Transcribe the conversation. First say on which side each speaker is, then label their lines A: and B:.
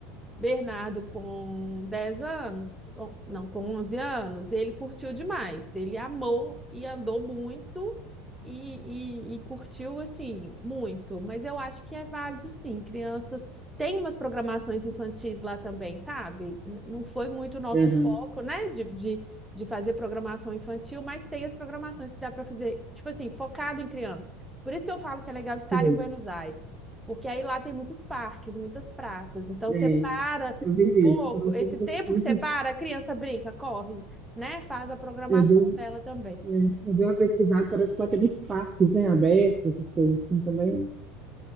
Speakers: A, in the centre; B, on the right.
A: Bernardo, com 10 anos, ou- não, com 11 anos, ele curtiu demais. Ele amou e andou muito e, e- e curtiu, assim, muito. Mas eu acho que é válido, sim. Crianças têm umas programações infantis lá também, sabe? N- Não foi muito o nosso
B: Aham,
A: foco, né, de, de, de fazer programação infantil, mas tem as programações que dá para fazer, tipo assim, focado em criança. Por isso que eu falo que é legal estar
B: sei.
A: em Buenos Aires. Porque aí lá tem muitos parques, muitas praças. Então
B: É,
A: você para
B: eu vi
A: um pouco,
B: isso. Por um
A: esse
B: tempo,
A: tempo
B: muito,
A: que você para, a criança brinca, corre, né? Faz a programação
B: eu dei,
A: dela também.
B: é, eu dei uma pesquisada, parece que lá tem muitos parques, né, abertos, essas coisas assim também.